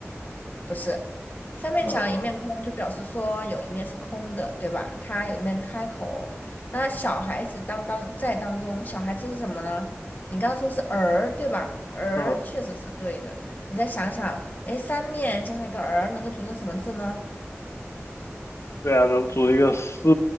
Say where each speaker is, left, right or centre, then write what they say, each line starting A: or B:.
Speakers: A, on the left (about 40°); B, on the left (about 70°).
A: 不是，三面墙一面空，
B: 嗯
A: 就表示说有一面是空的，对吧？它有一面开口。那小孩子当当在当中，小孩子是什么呢？你刚刚说是儿，对吧？儿确实是对的。
B: 嗯，
A: 你再想想，哎，三面加上一个儿，能够组成什么字呢？
B: 对啊，能组一个四，